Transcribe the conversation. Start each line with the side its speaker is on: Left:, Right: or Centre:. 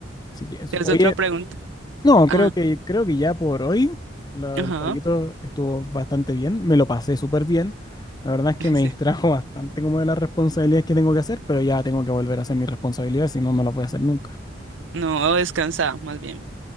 Left: sí que eso.
Right: ¿Tienes
Left: Oye,
Right: otra pregunta?
Left: No,
Right: Ah,
Left: creo que, creo que ya por hoy la-
Right: ajá.
Left: el jueguito estuvo bastante bien, me lo pasé súper bien. La verdad es que
Right: <laughs>
Left: me distrajo
Right: Sí.
Left: <laughs> bastante como de las responsabilidades que tengo que hacer, pero ya tengo que volver a hacer mis responsabilidades, si no, no las voy a hacer nunca.
Right: No, descansa, más bien.